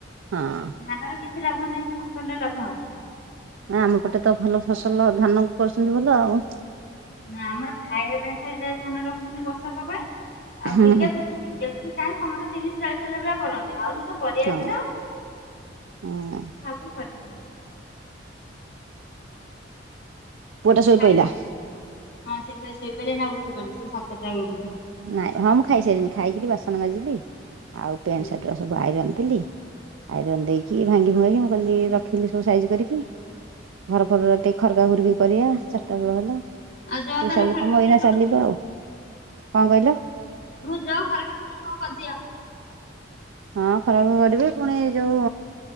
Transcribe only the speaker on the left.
ଧାନର କିଛି ଲାଭ ନାହିଁ ଫସଲରେ ଲାଭ ୟାଙ୍କର।
ନା ଆମର ଖାଇବା ପାଇଁ ଖାଲି ଯାହା ଧାନ ରଖୁଛନ୍ତି ବସା ହବା ପାଇଁ ଆଉ
ବିକା ବୁକି ବିକା ବୁକି <unintelligible> ସମସ୍ତେ ତିରିସ୍ ଚାଳିଶ <unintelligible> କରନ୍ତି ଆଉ ସବୁ ତ ପରିବା
ବିଲ
<unintelligible> <inaudible>
ଖାଇସାରିକି
ହଁ ସେତ ଶୋଇ ପଇଲା ନା ଏଇନା ଆଉ ଉଠିବନି ସେ ସାତଟା ବେଳକୁ ଉଠିବ।
ହୁଁ।
ଆଉ ଜଅ
ତାନେ
ଖରକା
ଖୁରୁକି
ହ ଯାଅ ଖରାକ ଖରିକି କଣ କରିଦିଅ